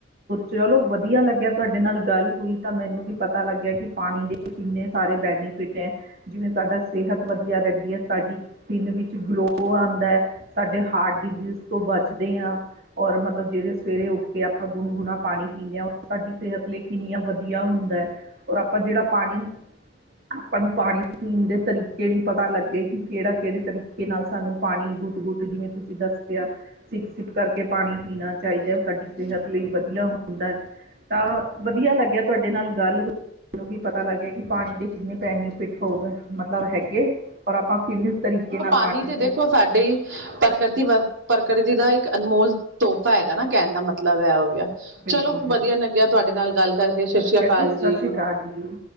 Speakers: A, on the right; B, on the right.
A: ਚਲੋ ਵਧੀਆ ਲੱਗਿਆ ਤੁਹਾਡੇ ਨਾਲ ਗੱਲ ਹੋਈ, ਤਾਂ ਮੈਨੂੰ ਵੀ ਪਤਾ ਲੱਗੇਆ ਕੇ ਪਾਣੀ ਦੇ ਕਿੰਨੇ ਸਾਰੇ ਬੈਨੀਫਿਟ ਐ ਜਿਵੇਂ ਸਾਡਾ ਸਿਹਤ ਵਧੀਆ ਰੈਂਦੀ ਐ, ਸਾਡੀ ਸਕਿੰਨ ਵਿੱਚ ਗਲੋ ਆਂਦਾ ਐ, ਸਾਡੇ ਹਾਰਟ ਡਿਜ਼ੀਜ਼ ਤੋਂ ਬੱਚਦੇ ਆ ਔਰ ਮਤਲਬ ਜੇੜੇ ਸਵੇਰੇ ਉੱਠ ਕੇ ਆਪਾਂ ਗੁਣਗੁਣਾ ਪਾਣੀ ਪੀਦੇ ਆ, ਸਾਡੀ ਸੇਹਤ ਲਈ ਕਿੰਨੀਆਂ ਵਧੀਆ ਹੁੰਦਾ ਐ, ਔਰ ਆਪਾਂ ਜੇਹੜਾ ਪਾਣੀ ਆਪਾਂ ਨੂੰ ਪਾਣੀ ਪੀਣ ਦੇ ਤਰੀਕੇ ਵੀ ਪਤਾ ਲੱਗੇ, ਕੇ ਕੇਹੜਾ ਕੇਹੜੇ ਤਰੀਕੇ ਕੇ ਨਾਲ ਸਾਨੂੰ ਪਾਣੀ ਗੁੱਟ-ਗੁੱਟ, ਜਿਵੇਂ ਤੁਸੀਂ ਦੱਸਿਆ ਸਿੱਪ-ਸਿੱਪ ਕਰਕੇ ਪਾਣੀ ਪੀਣਾ ਚਾਈਦਾ ਓ ਸਾਡੀ ਸੇਹਤ ਲਈ ਵਧੀਆ ਹੁੰਦਾ। ਤਾਂ ਵਧੀਆ ਲੱਗਿਆ ਤੁਆਡੇ ਨਾਲ ਗੱਲ ਮੈਨੂੰ ਵੀ ਪਤਾ ਲੱਗਿਆ ਕਿ ਪਾਣੀ ਦੇ ਕਿੰਨੇ ਬੈਨੀਫਿਟ ਹੋ ਮਤਲਬ ਹੈਗੇ ਪਰ ਆਪਾਂ ਫਿਨਿੰਸ ਤਰੀਕੇ ਨਾਲ
B: ਕਮੀ
A: ਪਾਣੀ
B: ਤੇ
A: ਪੀਣਾ
B: ਦੇਖੋ ਸਾਡੀ। ਪ੍ਰਕਰਤੀ ਪ੍ਰਕਰਤੀ ਦਾ ਇੱਕ ਅਨਮੋਲ ਤੋਹਫ਼ਾ ਹੈਗਾ ਨਾ ਕੈਣ ਦਾ ਮਤਲਬ ਐ ਹੋ ਗਿਆ।
A: ਬਿਲਕੁਲ
B: ਚਲੋ
A: ਬਿਲਕੁਲ
B: ਵਧੀਆ ਲੱਗਿਆ ਤੁਆਡੇ ਨਾਲ ਗੱਲ ਕਰਕੇ, ਸ਼ਸ਼ੀਆ
A: ਇਸ ਕਰਕੇ
B: ਕਾਲ
A: ਸਤਿ
B: ਜੀ।
A: ਸ਼੍ਰੀ ਅਕਾਲ ਜੀ